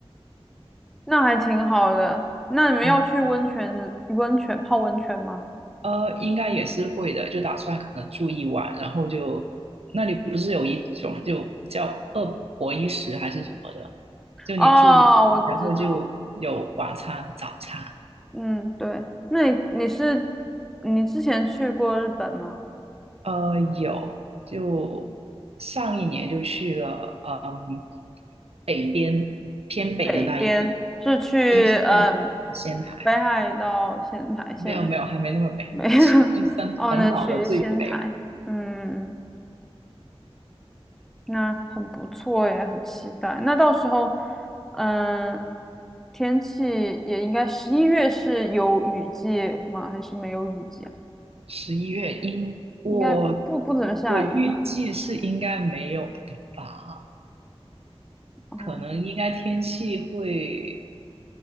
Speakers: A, in the centre; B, on the right.
A: 那还挺好的。那你们要去温泉温泉泡温泉吗？
B: 对，呃，应该也是会的，就打算可能住一晚，然后就那里不是有一种就叫二博一食还是什么的，就你住一晚，
A: 哦，我知道。
B: 然后就有晚餐和早餐。
A: 嗯，对。那你你是你之前去过日本吗？
B: 呃，有，就上一年就去了，嗯，北边偏北的那一边，
A: 北边，是去嗯
B: 对，新生仙台。
A: 北海道仙台，仙台
B: 没有没有，还没那么北，
A: 没有，
B: 青三本岛的最北了。
A: <laughs> 哦，那去仙台，嗯，那很不错耶，很期待。那到时候，嗯，天气也应该十一月是有雨季吗？还是没有雨季啊？
B: 十一月应我
A: 应该不不怎么下雨吧？
B: 我预计是应该没有的吧，
A: 哦
B: 可能应该天气会